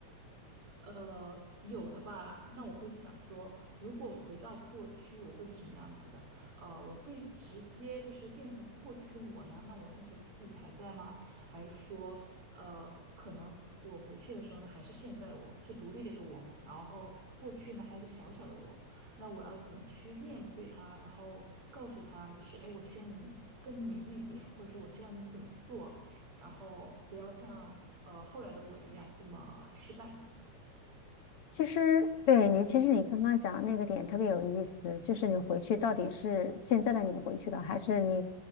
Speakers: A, on the right (about 45°); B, on the left (about 55°).
A: 呃，有的吧。那我会想说，如果回到过去，我会是什么样子的？呃，我会直接就是变成过去的我呢？那我那时候的记忆还在吗？还是说，呃，可能我回去的时候呢，还是现在的我，是独立的一个我。然后过去呢，还有一个小小的我。那我要怎么去面对他？然后告诉他，就是哎，我希望你。更努力点，或者说我希望你怎么做，然后不要像呃后来的我一样这么失败。
B: 其实，对你，其实你刚刚讲的那个点特别有意思，就是你回去到底是现在的你回去了，还是你